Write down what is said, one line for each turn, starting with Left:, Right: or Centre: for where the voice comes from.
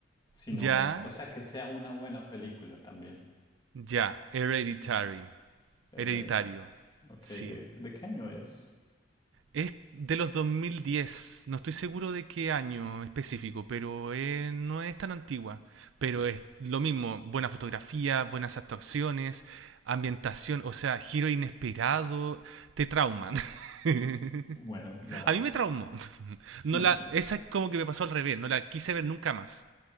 Left: sino,
Right: Ya,
Left: o sea, que sea una buena película también.
Right: ya, Hereditary.
Left: Hereditary.
Right: Hereditario.
Left: Ok,
Right: Sí.
Left: ¿de, de qué año es?
Right: Es de los 2010 no estoy seguro de qué año específico, pero eh, no es tan antigua. Pero
Left: Vale.
Right: es lo mismo, buena fotografía, buenas actuaciones, ambientación, o sea, giro inesperado, te trauman. <laughs>
Left: Bueno, la,
Right: A mí me traumó. No
Left: bueno,
Right: la,
Left: la,
Right: esa es como que me pasó al revés, no la quise ver nunca más.